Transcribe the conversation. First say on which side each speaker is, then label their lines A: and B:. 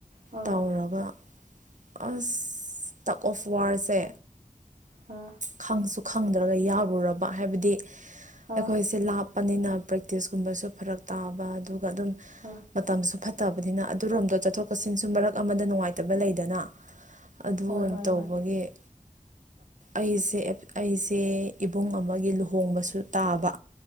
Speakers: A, on the right; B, on the right.
A: ꯑꯥ
B: ꯇꯧꯔꯒ ꯑꯁ ꯇꯛ ꯑꯣꯐ ꯋꯥꯔꯁꯦ
A: ꯑꯥ
B: ꯈꯪꯁꯨ ꯈꯪꯗ꯭ꯔꯒ ꯌꯥꯔꯨꯔꯕ ꯍꯥꯏꯕꯗꯤ
A: ꯑꯥ
B: ꯑꯩꯈꯣꯏꯁꯦ ꯂꯥꯞꯄꯅꯤꯅ ꯨꯝ ꯐꯔꯛ ꯇꯥꯕ ꯑꯗꯨꯒ ꯑꯗꯨꯝ
A: ꯑꯥ
B: ꯃꯇꯝ ꯐ ꯐꯠꯇꯕꯅꯤꯅ ꯑꯗꯨꯔꯣꯝꯗꯣ ꯆꯠꯊꯣꯛ ꯆꯠꯁꯤꯟꯁꯨ ꯃꯔꯛ ꯑꯃꯗ ꯅꯨꯡꯉꯥꯏꯇꯕ ꯂꯩꯗꯅ ꯑꯗꯨ
A: ꯍꯣꯏ ꯍꯣꯏ
B: ꯇꯧꯕꯒꯤ
A: ꯍꯣꯏ
B: ꯑꯩꯁꯦ ꯑꯩꯁꯦ ꯏꯕꯨꯡ ꯑꯃꯒꯤ ꯂꯨꯍꯣꯡꯕꯁꯨ ꯇꯥꯕ